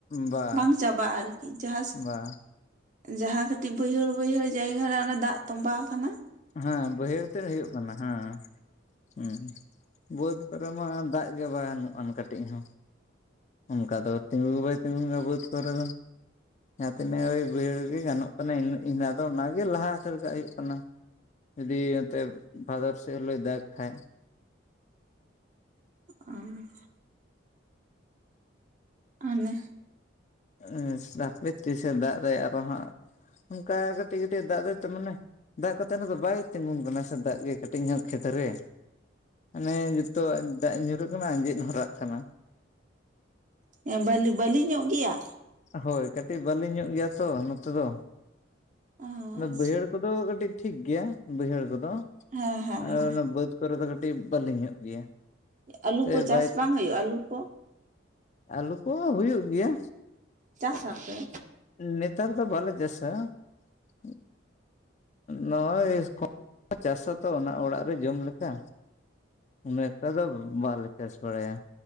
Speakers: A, on the left; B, on the right.
A: ᱵᱟ
B: ᱵᱟᱝ ᱪᱟᱵᱟᱜᱼᱟ ᱟᱨᱠᱤ ᱡᱟᱦᱟᱸ
A: ᱵᱟ
B: ᱡᱟᱦᱟᱸ ᱠᱟᱹᱴᱤᱡ ᱵᱟᱹᱭᱦᱟᱹᱲ ᱵᱟᱹᱭᱦᱟᱹᱲ ᱡᱟᱭᱜᱟ ᱨᱮ ᱚᱱᱮ ᱫᱟᱜ ᱛᱚᱢᱵᱟᱣ ᱠᱟᱱᱟ᱾
A: ᱦᱮᱸ ᱵᱟᱹᱭᱦᱟᱹᱲ ᱛᱮᱫ ᱦᱩᱭᱩᱜ ᱠᱟᱱᱟ, ᱦᱮᱸ ᱦᱩᱸ ᱵᱟᱹᱫᱽ ᱨᱮᱢᱟ ᱫᱟᱜ ᱜᱮ ᱵᱟᱱᱩᱜᱼᱟᱱ ᱠᱟᱹᱴᱤᱡ ᱦᱚᱸ᱾ ᱚᱱᱠᱟ ᱫᱚ ᱛᱤᱸᱜᱩ ᱜᱮ ᱵᱟᱭ ᱛᱤᱸᱜᱩᱭᱟ ᱵᱟᱹᱫᱽ ᱠᱚᱨᱮ ᱫᱚ᱾ ᱡᱟᱦᱟᱸ ᱛᱤᱱᱟᱹᱜ ᱳᱭ ᱵᱟᱹᱭᱦᱟᱹᱲ ᱜᱮ ᱜᱟᱱᱚᱜ ᱠᱟᱱᱟ, ᱤᱱ ᱤᱱᱟ ᱫᱚ ᱚᱱᱟᱜᱮ ᱞᱟᱦᱟᱛᱟᱹᱨ ᱦᱩᱭᱩᱜ ᱠᱟᱱᱟ᱾ ᱡᱩᱫᱤ ᱮᱚᱱᱚᱛᱮᱫ ᱵᱷᱟᱫᱚᱨ ᱥᱮᱫ ᱦᱚᱞᱮᱭ ᱫᱟᱜᱽ ᱠᱷᱟᱡ᱾
B: ᱚᱸ᱾ ᱟᱱᱮ
A: ᱮᱸᱥ ᱦᱟᱯᱮ ᱛᱤᱥᱮ ᱫᱟᱜ ᱫᱟᱭ ᱟᱨᱚ ᱦᱟᱸᱜ ᱚᱱᱠᱟ ᱠᱟᱹᱴᱤᱡ ᱠᱟᱹᱴᱤᱡ ᱫᱟᱜ ᱫᱟᱭ ᱛᱚ ᱢᱟᱱᱮ ᱫᱟᱜ ᱠᱟᱛᱮᱱ ᱦᱚᱸᱛᱚ ᱵᱟᱭ ᱛᱤᱸᱜᱩᱱ ᱠᱟᱱᱟ ᱥᱮ ᱫᱟᱜ ᱜᱮ ᱠᱟᱹᱴᱤᱡ ᱧᱚᱸᱜ ᱠᱷᱮᱛ ᱨᱮ᱾ ᱢᱟᱱᱮ ᱱᱤᱛᱚᱜ ᱫᱟᱜ ᱧᱩᱨᱩᱜ ᱠᱟᱱᱟ ᱟᱸᱡᱮᱫ ᱦᱚᱨᱟᱜ ᱠᱟᱱᱟ᱾
B: ᱮᱸ ᱵᱟᱹᱞᱤ ᱵᱟᱹᱞᱤ ᱧᱚᱸᱜ ᱜᱮᱭᱟ?
A: ᱦᱳᱭ ᱠᱟᱹᱴᱤᱡ ᱵᱟᱹᱞᱤ ᱧᱚᱸᱜ ᱜᱮᱭᱟ ᱛᱚ ᱱᱚᱛᱮ ᱫᱚ,
B: ᱟᱪᱪᱷᱟ
A: ᱵᱟᱹᱭᱦᱟᱹᱲ ᱠᱚᱫᱚ ᱠᱟᱹᱴᱤᱡ ᱴᱷᱤᱠ ᱜᱮᱭᱟ ᱵᱟᱹᱭᱦᱟᱹᱲ ᱠᱚᱫᱚ
B: ᱦᱮᱸ ᱦᱮᱸ
A: ᱟᱨ
B: ᱦᱮᱸ
A: ᱚᱱᱟ ᱵᱟᱹᱫᱽ ᱠᱚᱨᱮ ᱫᱚ ᱠᱟᱹᱴᱤᱡ ᱵᱟᱹᱞᱤ ᱧᱚᱸᱜ ᱜᱮᱭᱟ᱾
B: ᱟᱹᱞᱩ
A: ᱛᱮ
B: ᱠᱚ ᱪᱟᱥ
A: ᱵᱟᱭ
B: ᱵᱟᱝ ᱦᱩᱭᱩᱜᱼᱟ ᱟᱹᱞᱩ ᱠᱚ?
A: ᱟᱹᱞᱩ ᱠᱚᱦᱚ ᱦᱩᱭᱩᱜ ᱜᱮᱭᱟ᱾
B: ᱪᱟᱥ ᱟᱯᱮ?
A: ᱱᱮᱛᱟᱨ ᱫᱚ ᱵᱟᱞᱮ ᱪᱟᱥᱟ ᱩᱸᱜ ᱱᱚᱜᱼᱚᱭ <unintelligible> ᱪᱟᱥᱟᱛᱚ ᱚᱱᱟ ᱚᱲᱟᱜ ᱨᱮ ᱡᱚᱢ ᱞᱮᱠᱟ᱾ ᱩᱱᱟᱹᱜ ᱮᱠᱴᱟ ᱫᱚ ᱵᱟᱞᱮ ᱪᱟᱥ ᱵᱟᱲᱟᱭᱟ᱾